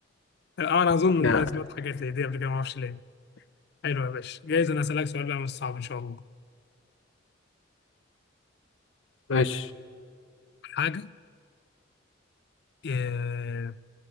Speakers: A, on the left; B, on the left.
A: <laughs> اه انا
B: <laughs>
A: اظن ان
B: يعني
A: انا سمعت حاجات زي دي قبل كده ما اعرفش ليه حلو يا باشا جايز انا اسالك سؤال بقى مش صعب ان شاء الله
B: ماشي
A: حاجه آه،